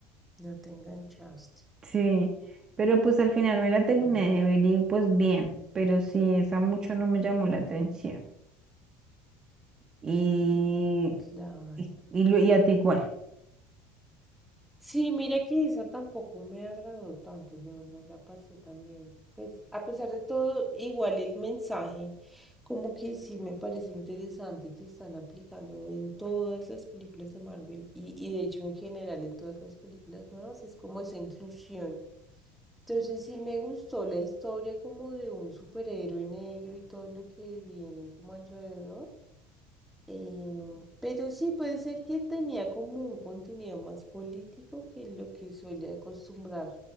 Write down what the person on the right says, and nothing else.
Sí, pero pues al final me la terminé
de ver y pues bien, pero sí, esa mucho no me llamó la atención. Y,
y, y lo- y a ti igual,